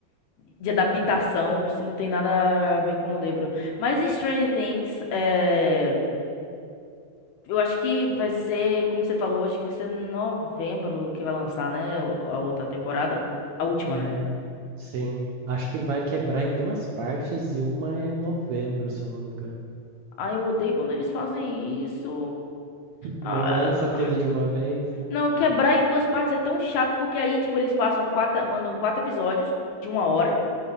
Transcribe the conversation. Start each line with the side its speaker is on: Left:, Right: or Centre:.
Left: de adaptação, se não tem nada a ver com o livro. Mas Stranger Things, é, eu acho que vai ser, como você falou, acho que vai ser novembro que vai lançar, né? o- A outra temporada. A última,
Right: né
Left: né?
Right: sim. Acho que vai quebrar em duas partes e uma é novembro, se eu não me engano.
Left: Ai, eu odeio quando eles fazem isso. Ah,
Right: Não lança tudo de uma vez, né?
Left: não, quebrar em duas partes é tão chato, porque aí, tipo, eles passam quatro, mandam quatro episódios de uma hora.